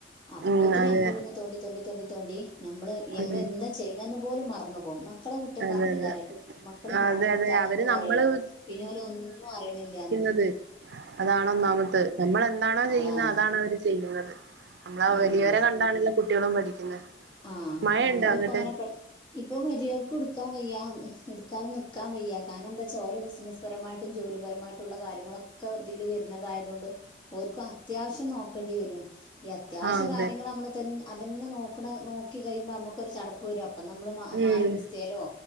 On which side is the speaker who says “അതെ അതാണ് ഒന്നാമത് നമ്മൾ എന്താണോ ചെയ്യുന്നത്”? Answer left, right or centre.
Right